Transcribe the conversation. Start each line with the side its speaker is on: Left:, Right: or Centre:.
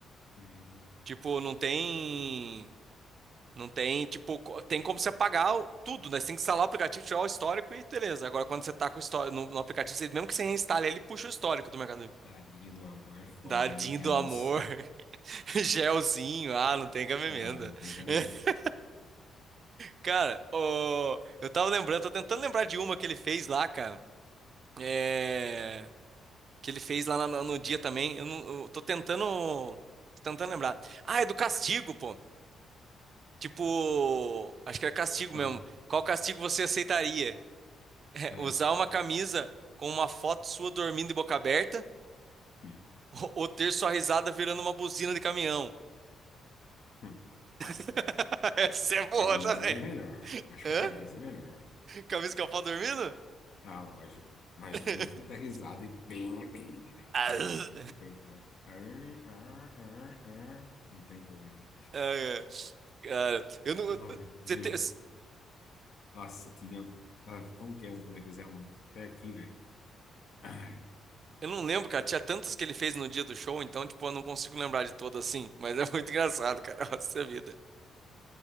Left: Hum,
Right: Tipo, não tem. Não tem, tipo, co- tem como você apagar o- tudo, né? Você tem que instalar o aplicativo, tirar o histórico e beleza. Agora, quando você tá com o histórico no, no aplicativo, você- mesmo que você reinstale, ele puxa o histórico do Mercado Livre.
Left: dadinho do amor é foda,
Right: Dadinho
Left: hein? É
Right: do
Left: uns...
Right: amor, <laughs> gelzinho, ah, não tem cabimento.
Left: Ah, não tem cabimento.
Right: <laughs> Cara, ô, eu tava lembrando, tô tentando lembrar de uma que ele fez lá, cara. é, que ele fez lá na- no, dia também. Eu, não, eu tô tentando, tô tentando lembrar. Ah, é do castigo, pô. Tipo, acho que era castigo
Left: Ó.
Right: mesmo. Qual castigo você aceitaria? <laughs> É,
Left: É.
Right: usar uma camisa com uma foto sua dormindo de boca aberta
Left: Hum,
Right: <laughs>
Left: hum,
Right: ou, ou ter sua risada virando uma buzina de caminhão?
Left: hum. Ó,
Right: <laughs> Essa é boa
Left: Camisa
Right: também.
Left: é bem melhor. Acho
Right: Hã?
Left: que a camisa é melhor.
Right: Camisa com a foto dormindo?
Left: Ah, lógico. Imagina
Right: <laughs>
Left: você dar risada e bem, bem. Ai,
Right: Ah,
Left: Tá louco, não tem como. Ah, ah, ah, ah. Não tem como, né?
Right: é. Cara, eu não.
Left: Ai,
Right: Você
Left: viu?
Right: tem.
Left: Nossa, tinha. Ah, foi um tempo também que fizemos até aqui, velho. Ai.
Right: Eu não lembro, cara. Tinha tantas que ele fez no dia do show, então, tipo, eu não consigo lembrar de todas assim. Mas é muito <laughs> engraçado, cara. Nossa vida.